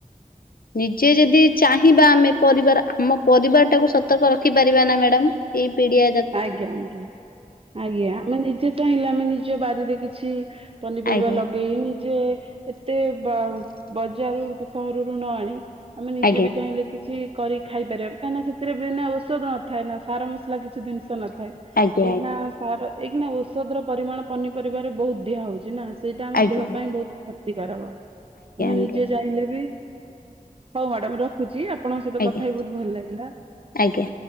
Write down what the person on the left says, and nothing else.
ନିଜେ ଯଦି ଚାହିଁବା ଆମେ ପରିବାର ଆମ ପରିବାର ଟାକୁ ସତର୍କ ରଖିପାରିବା ନା ମ୍ୟାଡ଼ାାମ? ଏଇ ପିଡିଆ ତ୍
ଆଜ୍ଞା
ଆଜ୍ଞା
ଆଜ୍ଞା ଆଜ୍ଞା
ଆଜ୍ଞା
ଆଜ୍ଞା
ଆଜ୍ଞା ଆଜ୍ଞା
ଆଜ୍ଞା
ଆଜ୍ଞା
ଆଜ୍ଞା।